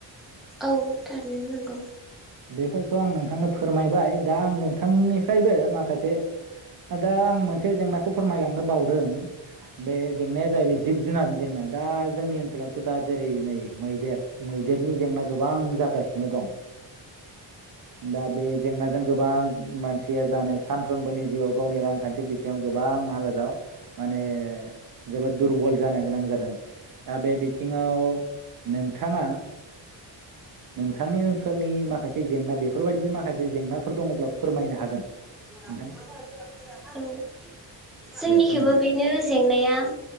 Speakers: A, in the centre; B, on the right.
A: औ थारैनो नंगौ।
B: बेफोरखौ आं नोंथांनो फोरमायबाय दा आं नोंथांनिफ्रायबो माखासे दा आं मोनसे जेंनाखौ फोरमायलांनो बावदों बे जेंनाया जाहैबाय जिब जुनार जेंना दा जोंनि ओनसोलावथ' दा जेरै नै मैदेर देरनि जेंना गोबां जागासिनो दं दा बे जेंनाजों गोबां मानसिया जानाय सानफ्रोमबोनि जिउआव गावनि रांखान्थि बिथिङाव गोबां हालोदाव माने जोबोद दुरबल जानो गोनां जादों दा बे बिथिङाव नोंथाङा नोंथांनि ओनसोलनि माखासे जेंना बेफोरबायदिनि माखासे जेंनाफोर दङब्ला फोरमायनो हागोन।
A: औ
B: नोंथां
A: जोंनिखेबो
B: दे फोरमायलाय
A: बेनो जेंनाया